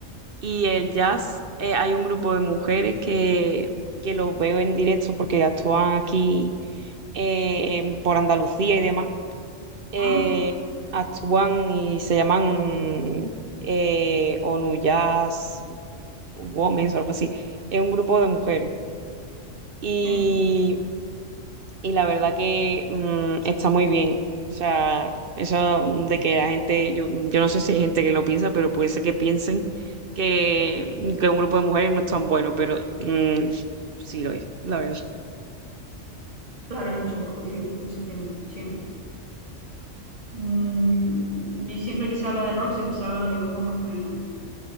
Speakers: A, on the right; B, on the right.
A: Y el jazz, eh, hay un grupo de mujeres que, que los veo en directo porque actúan aquí eh, en- por Andalucía y demás. Eh,
B: ah,
A: actúan y se llaman eh, ONU Jazz Women o algo así. Es un grupo de mujeres y,
B: sí.
A: y la verdad que mm, está muy bien. O sea, eso de que la gente, yo, yo no sé si hay gente que lo piensa, pero puede ser que piensen que, que un grupo de mujeres no es tan bueno, pero mm, sí lo es, la verdad.
B: Claro, hay mucho prejuicio con ese tema, siempre. Mm, y siempre que se habla de rock, siempre se habla de grupos masculinos.